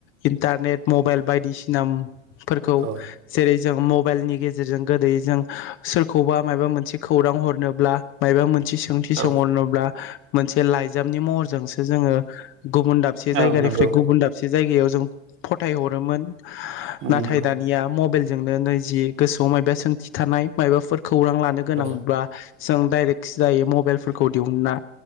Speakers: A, on the left; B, on the right.
A: इन्टारनेट मबाइल बायदिसिना। फोरखौ
B: औ
A: जेरै। जों मबाइलनि गेजेरजों गोदै जों सोरखौबा माबबा मोनसे खौरां हर। होनोब्ला मायबा मोन मोनथि सोंथि
B: औ
A: सोंहरनोब्ला मोनसे लाइजामनि महरजोंसो जोङो गुबुन दाबसे
B: औ
A: जायगानिफ्राय
B: नंगौ
A: गुबुन दाबसे जायगायाव जों फथाय हरोमोन
B: नंगौ
A: नाथाय दानिया मबाइल जोंनो नैजि गोसोआव माइबा सोंथि थानाय मबाफोरखौ खौरां लानो गोनांब्लाा
B: औ
A: जों डाइरेक्ट जायो मबाइलफोरखौ दिहुनना